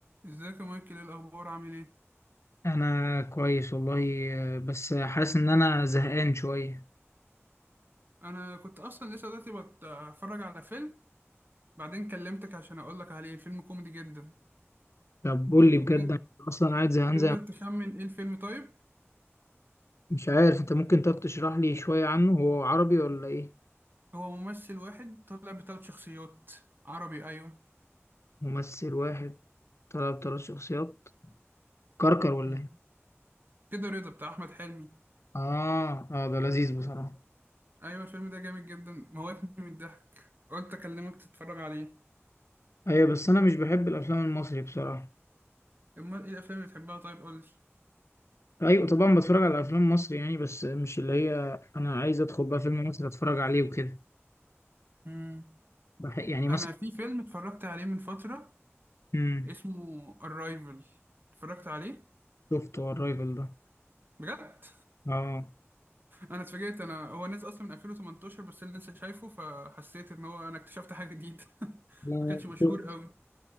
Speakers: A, on the right; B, on the left.
A: ازيك يا مايكل ايه الاخبار عامل ايه
B: انا كويس والله آه، بس حاسس ان انا زهقان شويه
A: انا كنت اصلا لسه دلوقتي بتفرج على فيلم بعدين كلمتك عشان اقول لك عليه الفيلم كوميدي جدا
B: طب قول لي بجد
A: ت-
B: أنا اصلا قاعد زهقان
A: تقدر
B: زي
A: تخمن ايه الفيلم طيب
B: مش عارف انت ممكن طب تشرح لي شويه عنه هو عربي ولا ايه
A: هو ممثل واحد طلع بثلاث شخصيات عربي ايوه
B: ممثل واحد طلب ثلاث شخصيات كركر ولا
A: مم.
B: ايه
A: كده رضا بتاع احمد حلمي
B: اه اه ده لذيذ بصراحه
A: ايوه الفيلم ده جامد جدا موتني من الضحك قلت اكلمك تتفرج عليه
B: ايوه بس انا مش بحب الافلام المصري بصراحه
A: امال ايه الافلام اللي بتحبها طيب قول لي
B: ايوه طبعا بتفرج على افلام مصري يعني بس مش اللي هي انا عايز ادخل بقى فيلم مصري اتفرج عليه وكده
A: مم.
B: بح- يعني
A: انا
B: مثلا
A: في فيلم اتفرجت عليه من فترة
B: امم
A: اسمه Arrival اتفرجت عليه
B: شفته الرايفل ده
A: بجد
B: اه
A: انا اتفاجئت انا هو نزل اصلا من 2018 بس انا لسه شايفه فحسيت ان هو انا اكتشفت حاجه جديده <laughs>
B: لا،
A: ما كانش مشهور
B: شفته
A: قوي